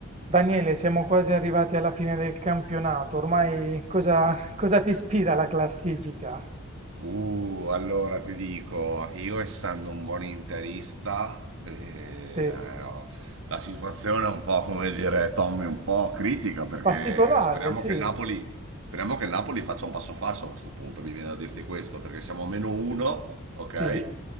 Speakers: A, on the right (about 30°); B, on the right (about 60°).
A: Daniele, siamo quasi arrivati alla fine del campionato. Ormai cosa, cosa ti ispira la classifica?
B: Uh, allora ti dico, io essendo un buon interista, eh,
A: Sì,
B: eh, la situazione è un po' come dire Tommy, un po' critica perché
A: particolare,
B: speriamo
A: sì,
B: che il Napoli, speriamo che il Napoli faccia un passo falso a questo punto, mi viene da dirti questo, perché siamo a meno uno, ok?
A: sì.